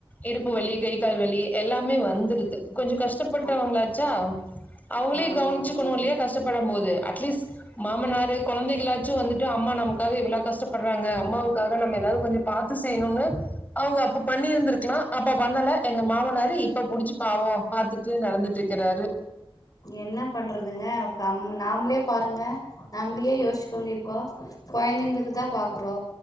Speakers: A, on the left; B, on the left.
A: இருப்பு வலி கை கால் வலி எல்லாமே வந்துடுது கொஞ்சோ கஷ்டப்பட்டவங்களாச்சா
B: ஆ
A: அவங்களே
B: ஆமா
A: கவண்ட் ச்சுக்கணூல்லயா
B: ஆமாங்க
A: கஷ்டப்படும் போது அட்லீஸ்ட் மாமனாரு குழந்தைகளாச்சும் வந்துட்டு அம்மா நமக்காக இவ்வளோ கஷ்டப்படுறாங்க அம்மாவுக்காக நம்ம ஏதாவது கொஞ்ஜொ பாத்து செய்யணுன்னு அவுங்க அப்ப பண்ணி இருந்ருக்கலா அப்ப பண்ணல எங்க மாமனாரு இப்ப புடிச்சுப்பாவோ பாத்துட்டு நடந்துட்டிக்கிறாரு
B: என்ன பண்றதுங்க பம் நாமளே பாருங்க நம்ளயே யோஸ் தூங்கிப்பா கொயந்தைங்களுக் க்குதான் பாக்குறோ